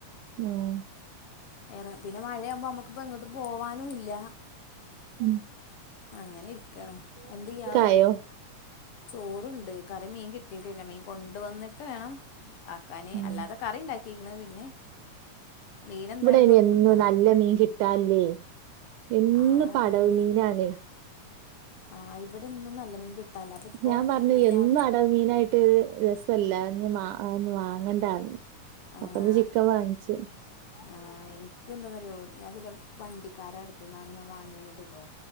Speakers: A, on the right; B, on the left.
A: ഉം
B: വേറെ പിന്നെ മഴയാവ്മ്പോ നമ്മക്ക്പ്പം എങ്ങോട്ട് പോവാനുംല്ല
A: ഉം.
B: അങ്ങനെ ഇരിക്കാണ് എന്ത് ഇയാളെ
A: ആയോ
B: ചോറ്ണ്ട് കറി മീൻ കിട്ടിയിട്ടില്ല മീൻ കൊണ്ട് വന്നിട്ട് വേണം ആക്കാന്
A: ഉം
B: അല്ലാതെ കറി ഇണ്ടാക്കിക്ക്ണ് പിന്നെ മീൻ എന്തായാലും
A: ഇവിടെ അയിന്
B: നിർബന്ധാണ്
A: എന്നും നല്ല മീൻ കിട്ടാന് ഇല്ലേ എന്നുംപ്പൊ
B: ആഹ്
A: അടവ് മീനാണെ
B: ആഹ് ഇവിടൊന്നും നല്ല മീൻ കിട്ടാന് ഇല്ല അപ്പൊ ഇപ്പൊ
A: ഞാൻ പറഞ്ഞു എന്നും
B: ഞാൻ
A: അടവ് മീനായിട്ട് രസല്ല അത് ഇഞ്ഞ് അതൊന്നും വാങ്ങണ്ട പറഞ്ഞു
B: ആഹ്
A: ന്ന് ചിക്കൻ വാങ്ങിച്ച്
B: ആഹ് എനിക്ക് എന്താന്നറിയോ ഞാൻ ഇതിലെ വണ്ടിക്കാരെ അട്ത്ത്ന്നാണ് ഞാൻ വാങ്ങീനിയത്ട്ടോ